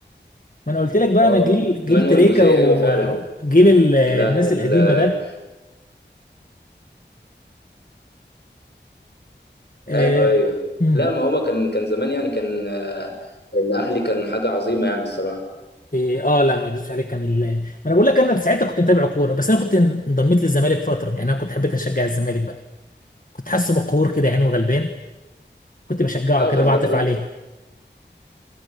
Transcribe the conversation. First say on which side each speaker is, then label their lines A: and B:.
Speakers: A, on the left; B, on the left.
A: ما انا قلت لك بقى
B: اه
A: انا جيل جيل
B: مانويل
A: تريكا
B: جوزيه
A: وجيل
B: ايوه فعلا
A: ال- الناس
B: لا ال-
A: القديمه
B: آه،
A: ده آه،
B: ايوه ايوه
A: مم.
B: لا ما هو كان كان زمان يعني كان آه، الاهلي كان حاجه عظيمه يعني الصراحه
A: إيه اه لا ما اكذبش عليك كان ال... ما انا بقول لك انا ساعتها كنت متابع كوره بس انا كنت انضميت للزمالك فتره يعني انا كنت حبيت اشجع الزمالك بقى كنت حاسه مقهور كده يعني وغلبان كنت بشجعه
B: اه
A: كده
B: في الفتره
A: بعطف عليه